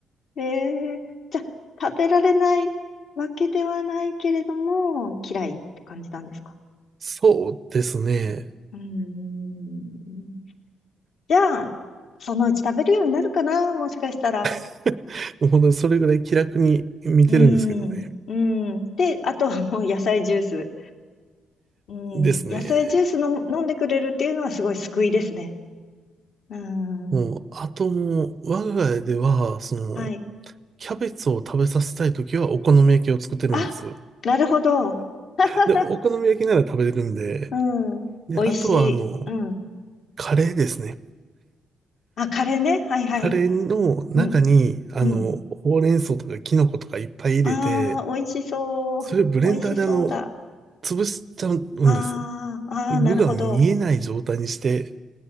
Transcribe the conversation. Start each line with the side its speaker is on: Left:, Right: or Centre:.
Left: えー、じゃあ食べられないわけではないけれども、嫌いって感じなんですか
Right: そうですね。
Left: うーん。じゃあ、そのうち食べるようになるかなもしかしたら。
Right: <laughs> もう本当にそれぐらい気楽に見てるんですけどね。
Left: うーん。うーん。で、あとはもう野菜ジュース。うん、
Right: ですね。
Left: 野菜ジュースの飲んでくれるっていうのはすごい救いですね。うん、
Right: もう、あともう、我が家では、その、
Left: はい。
Right: キャベツを食べさせたいときはお好み焼きを作ってるんです。
Left: あ、なるほど。<laughs>
Right: で、お好み焼きなら食べれるんで、
Left: うん、
Right: で、
Left: 美味しい。
Right: あとはあの、
Left: うん。
Right: カレーですね。
Left: あ、カレーね。はいはい。
Right: カレーの中に、
Left: うん、
Right: あの、
Left: うん。
Right: ほうれん草とかキノコとかいっぱい入れて、
Left: ああ、美味しそう。
Right: それをブレンダーであの、
Left: 美味しそうだ。
Right: 潰しちゃうんですね。
Left: ああ、ああ、
Right: で具が見えない状態にして、
Left: なるほど。